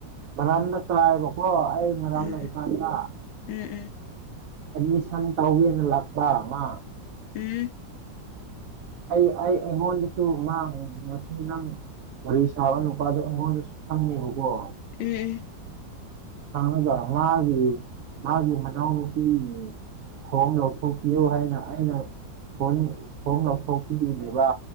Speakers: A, on the right (about 75°); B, on the left (about 90°).
A: ꯃꯔꯥꯝꯅ ꯀꯥꯏꯕꯀꯣ ꯑꯩ ꯃꯔꯥꯝ
B: ꯎꯝ
A: ꯂꯩꯀꯥꯟꯗ
B: ꯎꯝ ꯎꯝ
A: ꯑꯦꯠꯃꯤꯁꯟ ꯇꯧꯒꯦꯅ ꯂꯥꯛꯄ ꯑꯃ
B: ꯎꯝ
A: ꯑꯩ ꯑꯩ ꯑꯩꯉꯣꯟꯗꯁꯨ ꯉ ꯉꯁꯤ ꯅꯪ ꯋꯥꯔꯤ ꯁꯥꯕ ꯅꯨꯄꯥꯗ ꯃꯣꯏꯅꯁꯨ ꯈꯪꯉꯦꯕꯀꯣ
B: ꯎꯝ ꯎꯝ
A: ꯈꯉꯒ ꯃꯥꯒꯤ ꯃꯥꯒꯤ ꯃꯅꯥꯎꯅꯨꯄꯤ ꯐꯣꯝ ꯂꯧꯊꯣꯛꯄꯤꯌꯨ ꯍꯥꯏꯅ ꯑꯩꯅ ꯐꯣꯟ ꯐꯣꯝ ꯂꯧꯊꯣꯛꯄꯤꯌꯨꯅꯦꯕ